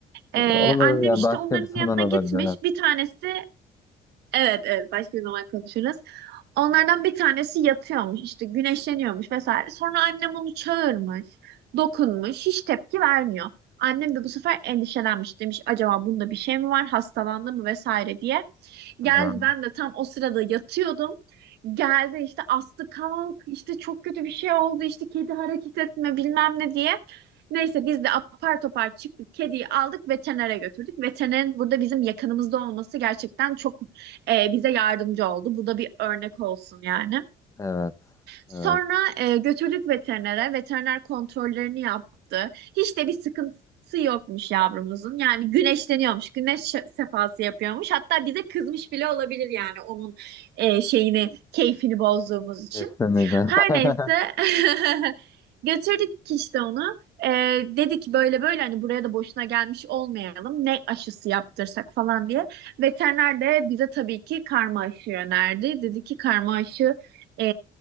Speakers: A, on the right; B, on the left.
A: Ee,
B: Olur
A: annem
B: ya
A: işte
B: başka
A: onların
B: bir zaman
A: yanına
B: olabilir.
A: gitmiş. Bir tanesi Evet evet başka bir zaman konuşuruz. Onlardan bir tanesi yatıyormuş işte güneşleniyormuş vesaire. Sonra annem onu çağırmış, dokunmuş, hiç tepki vermiyor. Annem de bu sefer endişelenmiş demiş acaba bunda bir şey mi var hastalandı mı vesaire diye.
B: Aha.
A: Geldi ben de tam o sırada yatıyordum. Geldi işte astı kalk işte çok kötü bir şey oldu işte kedi hareket etme bilmem ne diye. Neyse biz de apar topar çıktık kediyi aldık veterinere götürdük. Veterinerin burada bizim yakınımızda olması gerçekten çok e, bize yardımcı oldu. Bu da bir örnek olsun yani.
B: Evet. Evet.
A: Sonra e, götürdük veterinere. Veteriner kontrollerini yaptı. Hiç de bir sıkıntısı yokmuş yavrumuzun. Yani güneşleniyormuş. Güneş şe- sefası yapıyormuş. Hatta bize kızmış bile olabilir yani onun e, şeyini, keyfini bozduğumuz için.
B: Kesinlikle.
A: Her
B: <laughs>
A: neyse <laughs> götürdük işte onu. E, dedi ki böyle böyle hani buraya da boşuna gelmiş olmayalım. Ne aşısı yaptırsak falan diye. Veteriner de bize tabii ki karma aşı önerdi. Dedi ki karma aşı e,